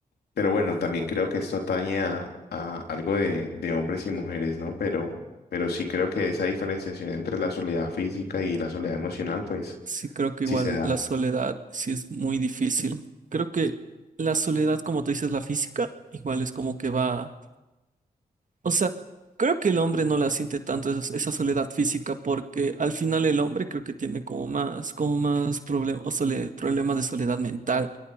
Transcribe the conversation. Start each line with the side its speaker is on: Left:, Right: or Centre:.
Left: Pero bueno, también creo que esto atañe a, a algo de, de hombres y mujeres, ¿no? Pero, pero sí creo que esa diferenciación entre la soledad física y la soledad emocional, pues
Right: sí, creo que
Left: sí
Right: igual
Left: se da.
Right: la soledad sí es muy difícil. Creo que la soledad, como tú dices, la física, igual es como que va, o sea, creo que el hombre no la siente tanto esa, esa soledad física porque al final el hombre creo que tiene como más, como más problemas o sole- problemas de soledad mental.